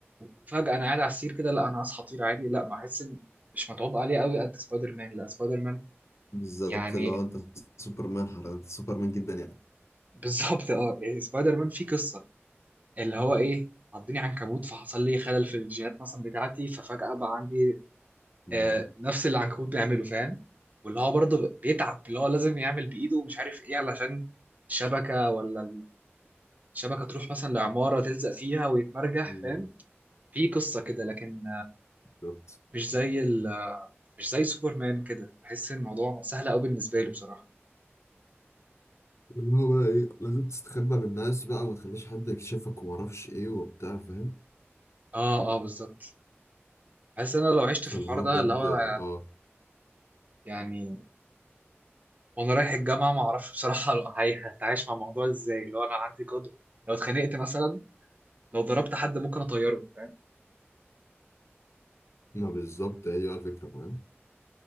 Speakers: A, on the right; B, on the left.
A: وفجأة أنا قاعد على السرير كده لا أنا هصحى طير عادي لا ما أحس إن مش متعوب عليه قوي قد سبايدر مان لا سبايدر مان
B: بالظبط
A: يعني
B: اللي هو انت سوبرمان حرفيا انت سوبرمان جدا يعني
A: <laughs> بالظبط أه يعني سبايدر مان فيه قصة اللي هو إيه عضني عنكبوت فحصل لي خلل في الجينات مثلا بتاعتي ففجأة بقى عندي
B: مم.
A: آه نفس اللي العنكبوت بيعمله فاهم واللي هو برضه بيتعب اللي هو لازم يعمل بإيده ومش عارف إيه علشان الشبكة ولا الشبكة تروح مثلا لعمارة تلزق فيها ويتمرجح
B: مم.
A: فاهم في قصة كده لكن
B: بالظبط
A: مش زي ال مش زي سوبرمان كده بحس ان الموضوع سهل قوي بالنسبه لي بصراحه
B: اللي هو بقى ايه لازم تستخبى من الناس بقى وما تخليش حد يكشفك وما اعرفش ايه وبتاع فاهم
A: اه اه بالظبط بحس ان انا لو عشت
B: فاللي
A: في الحوار
B: هو
A: ده
B: بجد
A: اللي هو
B: اه
A: يعني وانا رايح الجامعه ما اعرفش بصراحه لو هي- هتعايش مع الموضوع ازاي لو انا عندي قدر لو اتخانقت مثلا لو ضربت حد ممكن اطيره فاهم
B: ما بالظبط هي بقى الفكرة فاهم